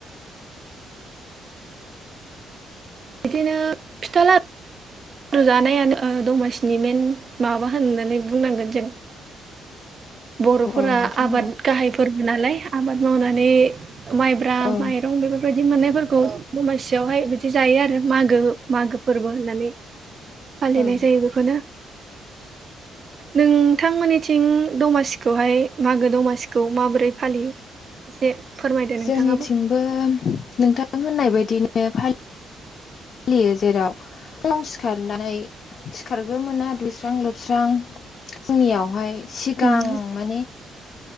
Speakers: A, on the right (about 45°); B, on the left (about 55°).
A: बिदिनो फिथा ला जानायानो दमासिनि मेन माबा होननानै बुंनांगोन जों बर'फोरा
B: औ नोंथां
A: आबाद
B: औ
A: गाहायफोर नालाय आबाद मावनानै माइब्रा
B: औ
A: माइरं बेफोरबायदि मोननायफोरखौ खौ दमासियावहाय बिदि जायो आरो मागो मागो फोरबो होननानै फालिनाय
B: औ
A: जायो बेखौनो। नोंथांमोननिथिं दमासिखौहाय मागो दमासिखौ माबोरै फालियो? एसे फोरमायदो नोंथाङाबो
B: जोंनिथिंबो नोंथां होननाय बायदिनो फालि यो जेराव‌ फुङाव सिखारनानै सिखारग्रोमोना दुगैस्रां लोबस्रां जोंनियावहाय सिगां
A: उम
B: माने